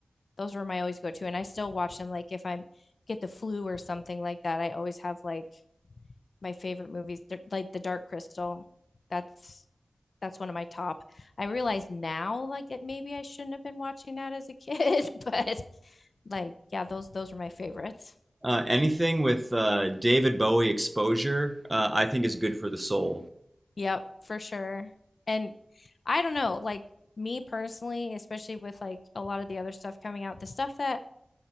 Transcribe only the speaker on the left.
Those were my always go-to, and I still watch them. Like if i get the flu or something like that, I always have like my favorite movies, They're- like The Dark Crystal. That's that's one of my top. I realize now, like it maybe I shouldn't have been watching that as a kid, <laughs> but like yeah, those those were my favorites.
Yep, for sure. And I don't know, like me personally, especially with like a lot of the other stuff coming out, the stuff that